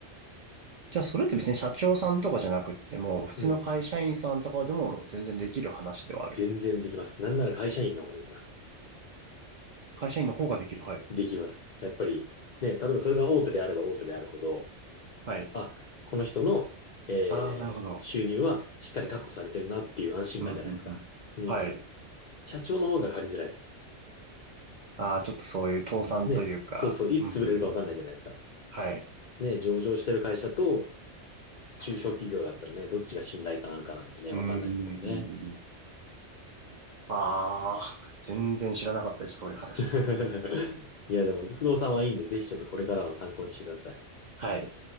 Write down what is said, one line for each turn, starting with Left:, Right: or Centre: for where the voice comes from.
Right: じゃあ、それって別に社長さんとかじゃなくっても、普通の会社員さんとかでも全然できる話ではある。
Left: うん。全然できます。なんなら会社員の方ができます。
Right: 会社員の方ができる。はい。
Left: できます。やっぱり、ね、例えばそれが大手であれば大手であるほど、
Right: はい。
Left: あ、この人の、えー収入はしっかり確保されてるなっていう安心感じゃないですか。
Right: ああ、なるほど。うん、うん、うん。
Left: うん。
Right: はい。
Left: 社長の方が借りづらいです。
Right: ああ、ちょっとそういう倒産というか。
Left: ね。そうそう、いつ潰れるかわかんないじゃないですか。
Right: うん、うん、うん、うん。はい。
Left: ね、上場してる会社と中小企業だったらね、どっちが信頼感あるかなんてね、
Right: うーん。
Left: わかんないですもんね。
Right: ああ、全然知らなかったです、そういう話。
Left: <laughs> いや、でも、不動産はいいんで、ぜひちょっとこれからの参考にしてください。
Right: はい。